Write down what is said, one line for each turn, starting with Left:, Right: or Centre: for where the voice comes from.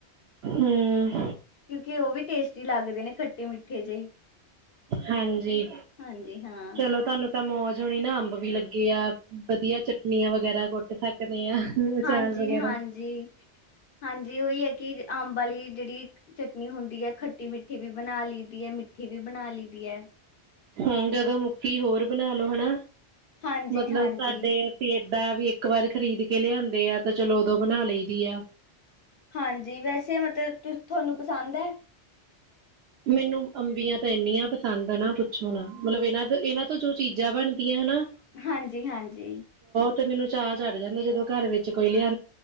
Right: ਹੂੰ
Left: ਕਿਉਂਕਿ ਉਹ ਵੀ ਟੇਸਟੀ ਲੱਗਦੇ ਨੇ ਖੱਟੇ ਮਿੱਠੇ ਜਿਹੇ।
Right: ਹਾਂਜੀ
Left: ਹਾਂਜੀ ਹਾਂ,
Right: ਚਲੋ ਤੁਹਾਨੂੰ ਤਾਂ ਮੌ ਜ ਹੋਣੀ ਨਾ ਅੰਬ ਵੀ ਲੱਗੇ ਆ ਵਧੀਆ ਚਟਨੀਆਂ ਵਗੈਰਾ ਕੁੱਟ ਸਕਦੇ ਆ। ਅਚਾਰ
Left: ਹਾਂਜੀ-ਹਾਂਜੀ,
Right: ਵਗੈਰਾ
Left: ਹਾਂਜੀ ਉਹੀ ਹੈ ਕਿ ਅੰਬ ਵਾਲੀ ਜਿਹੜੀ ਚਟਨੀ ਹੁੰਦੀ ਹੈ ਖੱਟੀ-ਮਿੱਠੀ ਵੀ ਬਣਾ ਲਈ ਦੀ ਹੈ ਮਿੱਠੀ ਵੀ ਬਣਾ ਲਈ ਦੀ ਹੈ।
Right: ਹੂੰ ਜਦੋਂ ਮੁੱਕੀ ਹੋਰ ਬਣਾ ਲੋ ਹਨਾ।
Left: ਹਾਂਜੀ
Right: ਮਤਲਬ
Left: ਹਾਂਜੀ
Right: ਸਾਡੇ ਅਸੀਂ ਡਾ ਵੀ ਇੱਕ ਵਾਰ ਖਰੀਦ ਕੇ ਲਿਆਂਦੇ ਆ ਤੇ ਚਲੋ ਉਦੋਂ ਬਨਾ ਲਈ ਦੀ ਆ।
Left: ਹਾਂਜੀ ਵੈਸੇ ਮਤਲਬ ਤੁ ਤੁਹਾਨੂੰ ਪਸੰਦ ਹੈ।
Right: ਮੈਨੂੰ ਅੰਬੀਆਂ ਤਾਂ ਇੰਨੀਆਂ ਪਸੰਦ ਨਾ ਪੁੱਛੋ ਨਾ ਮਤਲਬ ਇਹਨਾਂ ਇਹਨਾਂ ਤੋਂ ਜੋ ਚੀਜ਼ਾਂ ਬਣਦੀਆਂ ਹਨਾ
Left: ਹਾਂਜੀ-ਹਾਂਜੀ।
Right: ਤੇ ਮੈਨੂੰ ਚਾਅ ਚੜ੍ਹ ਜਾਂਦੇ ਜਦੋਂ ਘਰ ਵਿੱਚ ਕੋਈ ਲਿਆ